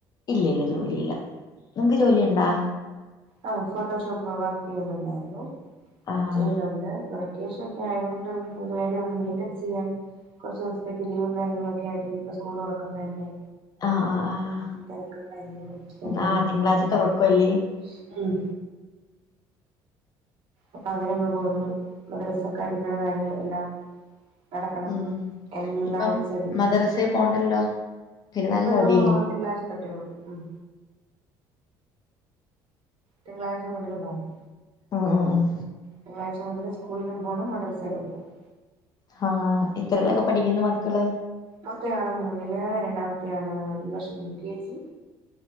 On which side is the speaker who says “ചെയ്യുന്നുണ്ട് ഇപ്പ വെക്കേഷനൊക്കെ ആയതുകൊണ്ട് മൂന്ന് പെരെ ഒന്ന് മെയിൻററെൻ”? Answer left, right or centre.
Right